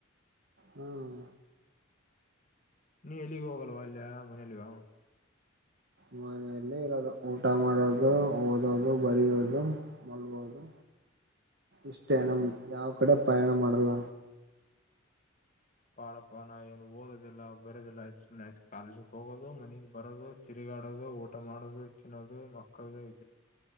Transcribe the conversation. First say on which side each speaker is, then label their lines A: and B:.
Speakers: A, on the right; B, on the left.
A: ಹ್ಮ್
B: ನೀ ಎಲ್ಲಿಗೆ ಹೋಗಲ್ವಾ ಅಲ್ಲಯ ಮನೇಲಿಯು
A: ಮನೆಯಲ್ಲಿ ಇರೋದು ಊಟ ಮಾಡೋದು ಓದೋದು ಬರಿಯೋದು ಮಲಗೋದು ಇಷ್ಟೇ ನಮ್ ಯಾವ ಕಡೆ ಪಯಾಣ ಮಾಡಲ್ಲ
B: ಪಾರ ಪಾನ ನಾವ್ ಏನು ಓದೋದಿಲ್ಲ ಬರೋದಿಲ್ಲಯ ಸುಮ್ನೆ ಕಾಲೇಜಕ್ ಹೋಗೋದು ಮನಗ್ ಬರೋದು ತಿರುಗಾಡೋದು ಊಟ ಮಾಡೋದು ತಿನ್ನೋದು ಮಕ್ಕದು <unintelligible>